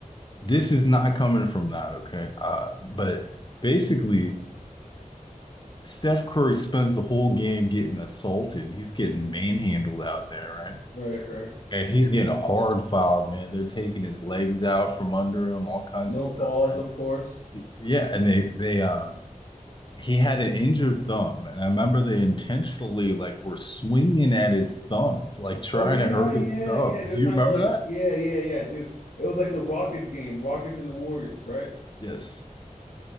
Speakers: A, on the left; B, on the left.
A: this is not coming from that, okay? Uh, but basically. Steph Curry spends the whole game getting assaulted. He's getting manhandled out there, right?
B: Right. Right.
A: And he's getting hard filed, man. They're taking his legs out from under him, all kinds
B: No
A: of
B: calls,
A: stuff, right?
B: of course.
A: Y- Yeah, and they they um he had an injured thumb, and I remember they intentionally like were swinging at his thumb, like trying
B: Oh yeah,
A: to hurt
B: yeah,
A: his thumb.
B: yeah. They're
A: Do
B: trying
A: you remember
B: to like,
A: that?
B: yeah, yeah, yeah, dude. It was like the Rockets game, Rockets and the Warriors, right?
A: Yes.